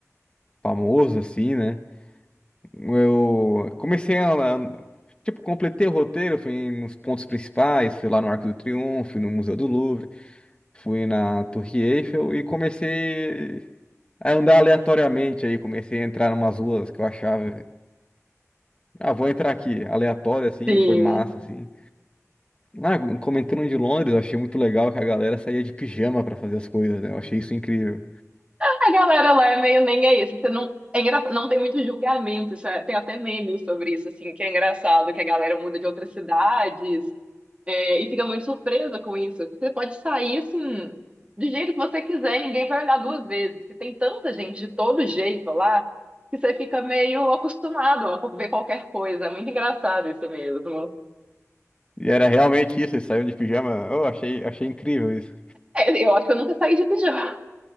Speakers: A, on the left; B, on the right.
A: famoso, assim, né? Eu comecei a, a- tipo, completei o roteiro, fui nos pontos principais, fui lá no Arco do Triunfo, no Museu do Louvre, fui na Torre Eiffel e comecei a andar aleatoriamente aí, comecei a entrar em umas ruas que eu achava, ah, vou entrar aqui, aleatório assim,
B: Sim.
A: foi massa assim. Ah, comentando de Londres, eu achei muito legal que a galera saía de pijama pra fazer as coisas, né? Eu achei isso incrível.
B: A galera lá é meio nem é isso. Você não, é engra- não tem muito julgamento. isso é- tem até memes sobre isso, assim, que é engraçado, que a galera muda de outras cidades, é, e fica muito surpresa com isso. Você pode sair, assim, do jeito que você quiser, ninguém vai olhar duas vezes. Porque tem tanta gente de todo jeito lá, que você fica meio acostumado a ver qualquer coisa. É muito engraçado isso mesmo.
A: E era realmente isso, eles saíam de pijama. Eu achei, achei incrível isso.
B: É, eu acho que eu nunca saí de pijama.